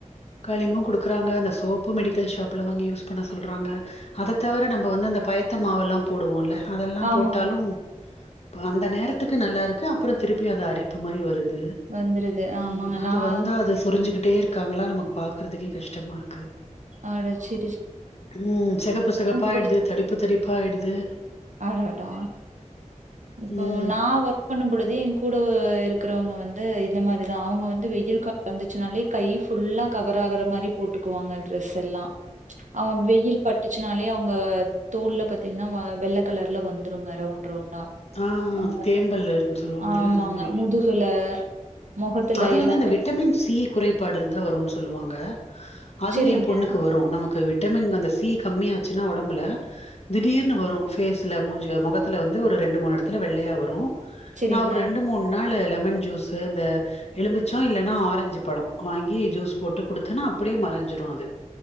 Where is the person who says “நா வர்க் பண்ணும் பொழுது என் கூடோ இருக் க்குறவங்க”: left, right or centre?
Right